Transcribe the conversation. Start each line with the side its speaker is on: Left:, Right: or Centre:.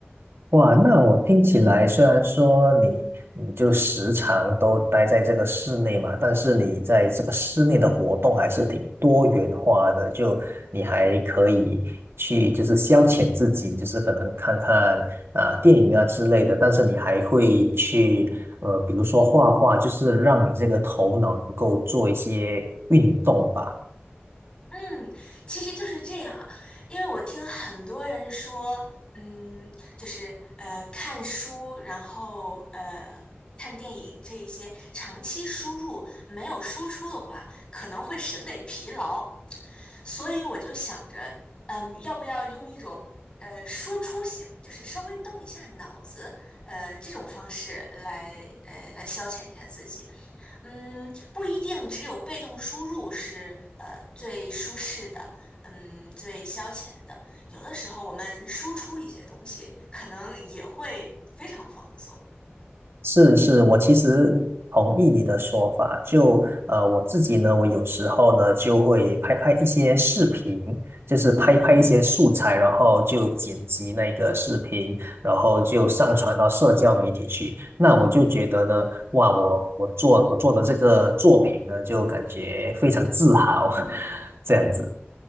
Right: 哇，那我听起来虽然说你你就时常都待在这个室内嘛，但是你在这个室内的活动还是挺多元化的，就你还可以去就是消遣自己，就是可能看看啊、电影啊之类的，但是你还会去呃，比如说画画，就是让你这个头脑能够做一些运动吧。
Left: 嗯，其实就是这样啊，因为我听很多人说，嗯，就是呃看书，然后呃看电影这一些长期输入没有输出的话，可能会审美疲劳，所以我就想着，嗯，要不要用一种呃输出型，就是稍微动一下脑子，呃这种方式来呃来消遣一下自己。嗯，不一定只有被动输入是呃最舒适的，嗯，最消遣的。有的时候我们输出一些东西，可能也会非常放松。
Right: 是是，我其实同意你的说法。就呃，我自己呢，我有时候呢就会拍拍一些视频，就是拍拍一些素材，
Left: 嗯。
Right: 然后就剪辑那个视频，然后就上传到社交媒体去。那我就觉得呢，哇，我我做我做的这个作品呢，就感觉非常自豪，<laughs> 这样子。